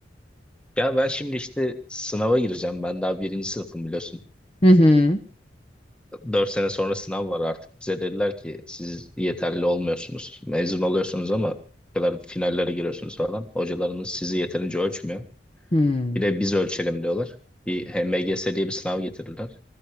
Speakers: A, in the centre; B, on the left (about 30°).
A: Ya ben şimdi işte sınava gireceğim. Ben daha birinci sınıfım biliyorsun.
B: Hı hı.
A: Dört sene sonra sınav var artık. Bize dediler ki siz yeterli olmuyorsunuz. Mezun oluyorsunuz ama bu kadar finallere giriyorsunuz falan. Hocalarınız sizi yeterince ölçmüyor.
B: Hmm.
A: Bir de biz ölçelim diyorlar. Bir HMGS diye bir sınav getirirler.